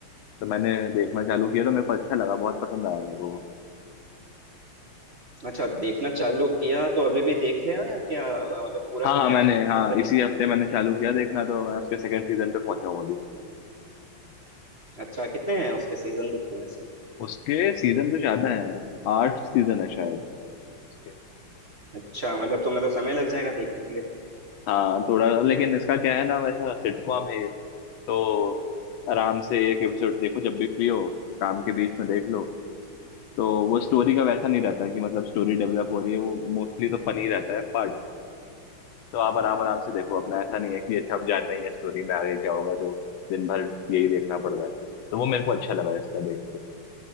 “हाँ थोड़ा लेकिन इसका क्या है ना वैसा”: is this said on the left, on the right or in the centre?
Left